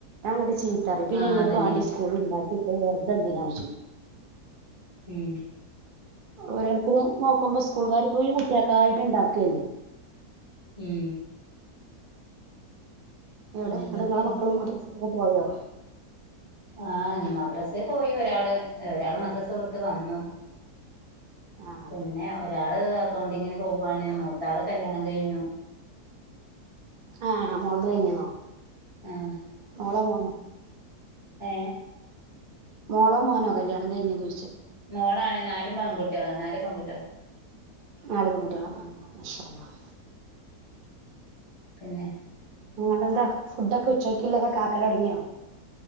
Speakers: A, on the right; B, on the right.
A: ഞാൻ ഇങ്ങക്ക് ചീ പിന്നെ
B: ആഹ്
A: ഇങ്ങക്ക്
B: അതന്നേണ്
A: വാണ്ടി സ്കൂളിൽ ഇണ്ടാക്കിച്ച വെറുതെന്തിന ആവശ്യന്നാ <inaudible>
B: ഉം
A: ഓരോർക്കും നോ നോക്കുമ്പോ സ്കൂൾുകാർ ഇപ്പൊ ഈ കുട്ട്യാൾക്കായിട്ട് ഇണ്ടാക്കല്ലേ
B: ഉം
A: എവിടെ
B: പിന്നെ എന്തൊക്കെ
A: നിങ്ങളെ മക്കളും മദൃസൊക്കെ പോയോ
B: ആഹ മദ്രാസേ പോയി ഒരാള് ഒരാള് മദ്രാസ വിട്ടുവന്നു
A: ആഹ്
B: പിന്നെ ഒരാള് അക്കൗണ്ടിങ്ങനെ പോവുവാണ് മൂത്താളെ കല്യാണം കഴിഞ്ഞു
A: ആഹ് മോളത് കഴിഞ്ഞണോ
B: ആഹ്
A: മോളോ മോനോ
B: ഏ
A: മോളോ മോനോ കല്യാണം കഴിഞ്ഞത് ചോയ്ച്ച
B: മോളാണ നാലും പെൺകുട്ടികള നാല് പെൺുട്ടികള
A: നാല് പെൺകുട്ടികള ആ മഷാഅല്ലാഹ്
B: പിന്നെ
A: നിങ്ങ എന്താ ഫുഡൊക്കെ ഉച്ചോക്കുള്ളതൊെകാക്കല് തുടങ്ങിയോ